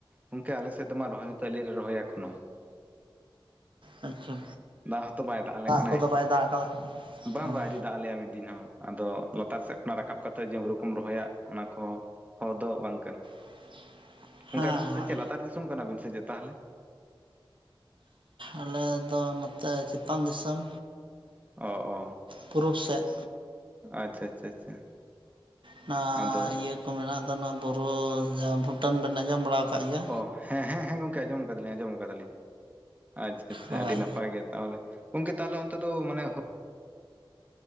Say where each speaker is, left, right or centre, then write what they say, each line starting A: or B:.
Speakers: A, on the right (about 15°); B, on the right (about 65°).
A: ᱜᱚᱢᱠᱮ ᱟᱞᱮᱥᱮᱫ ᱢᱟ ᱨᱚᱦᱚᱭ ᱦᱚᱛᱚ ᱟᱹᱶᱨᱤ ᱞᱮ ᱨᱚᱦᱚᱭᱟ ᱮᱠᱷᱚᱱᱳ,
B: ᱟᱪᱪᱷᱟ
A: ᱫᱟᱜ ᱦᱚᱸᱛᱚ ᱵᱟᱭ ᱫᱟᱜ ᱟᱞᱮ ᱠᱟᱱᱟᱭ
B: ᱠᱚᱫᱚ ᱵᱟᱭ ᱫᱟᱜ ᱟᱠᱟᱫᱟ
A: ᱵᱟᱝ
B: ᱦᱮᱸ
A: ᱫᱟᱜ ᱟᱞᱮᱭᱟ ᱢᱤᱫ ᱫᱤᱱ ᱦᱚᱸ ᱟᱫᱚ ᱞᱟᱛᱟᱨ ᱥᱮᱫ ᱠᱷᱚᱱᱟᱜ ᱨᱟᱠᱟᱵ ᱠᱟᱛᱮ ᱦᱩᱲᱩ ᱠᱚᱢ ᱨᱚᱦᱚᱭᱟ ᱚᱱᱟ ᱠᱚᱦᱚᱸ, ᱦᱚᱫᱚ ᱵᱟᱝ ᱠᱟᱱᱟ
B: <unintelligible>
A: ᱜᱚᱢᱠᱮ ᱟᱹᱵᱤᱱ
B: ᱦᱮᱸ
A: ᱫᱚ ᱪᱮᱫ ᱞᱟᱛᱟᱨ ᱫᱤᱥᱚᱢ ᱠᱟᱱᱟᱵᱤᱱ ᱥᱮ ᱪᱮᱫ ᱛᱟᱸᱦᱚᱞᱮ,
B: ᱟᱞᱮ ᱫᱚ ᱱᱚᱛᱮ ᱪᱮᱛᱟᱱ ᱫᱤᱥᱚᱢ,
A: ᱚᱻ ᱚᱻ
B: ᱯᱩᱨᱩᱵ ᱥᱮᱫ,
A: ᱟᱪᱪᱷᱟ ᱟᱪᱪᱷᱟ ᱟᱪᱪᱷᱟ
B: ᱚᱱᱟ
A: ᱟᱫᱚ
B: ᱤᱭᱟᱹ ᱠᱚ ᱢᱮᱱᱟᱜ ᱫᱚ ᱱᱚᱣᱟ ᱵᱩᱨᱩ ᱡᱟᱸᱦᱟ ᱵᱷᱩᱴᱟᱹᱱ ᱵᱮᱱ ᱟᱸᱡᱚᱢ ᱵᱟᱲᱟ ᱟᱠᱟᱫ ᱜᱮᱭᱟ,
A: ᱚ ᱦᱮᱸ ᱦᱮᱸ ᱦᱮᱸ ᱜᱚᱝᱠᱮ ᱟᱸᱡᱚᱢ ᱠᱟᱫᱟᱞᱤᱧ ᱟᱸᱡᱚᱢ ᱠᱟᱫᱟᱞᱤᱧ ᱟᱪᱪᱷᱟ ᱟᱪᱪᱷᱟ
B: ᱦᱳᱭ
A: ᱟᱹᱰᱤ ᱱᱟᱯᱟᱭ ᱜᱮ ᱛᱟᱸᱦᱚᱞᱮ, ᱜᱚᱝᱠᱮ ᱛᱟᱸᱦᱚᱞᱮ ᱚᱱᱛᱮ ᱫᱚ ᱢᱟᱱᱮ,